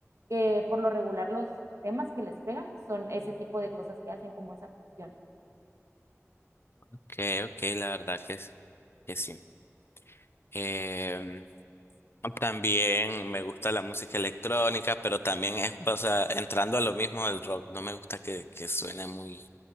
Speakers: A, on the right; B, on the left.
A: que por lo regular los temas que les pegan son ese tipo de cosas que hacen como esa fusión.
B: Ok, ok, la verdad que Que sí. Em, también me gusta la música electrónica, pero también es, o sea, entrando a lo mismo del rock, no me gusta que, que suene muy,